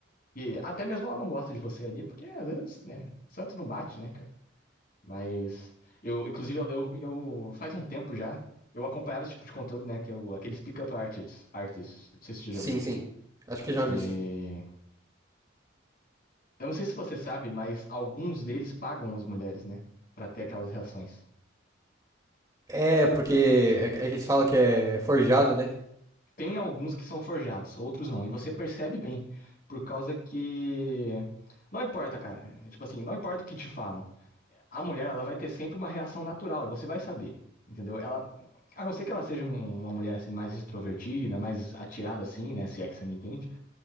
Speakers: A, on the left (about 45°); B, on the right (about 20°).
A: E até mesmo ela não gosta de você ali, porque às vezes, né, santo não bate, né, cara? Mas eu, inclusive, eu, eu, eu- faz um tempo já, eu acompanhava esse tipo de conteúdo, né? Que é o- aqueles pick artists, artists, não sei se você
B: Sim,
A: já viu.
B: sim. Acho que já
A: E
B: vi, sim.
A: eu não sei se você sabe, mas alguns deles pagam as mulheres, né? Pra ter aquelas reações.
B: É, porque é, é que eles falam que é forjado, né?
A: Tem alguns que são forjados, outros não. E você percebe bem, por causa que não importa, cara. É Tipo assim, não importa o que te falam. A mulher, ela vai ter sempre uma reação natural, e você vai saber, entendeu? Ela, a não ser que ela seja um- uma mulher assim mais extrovertida, mais atirada assim, né, se é que você me entende,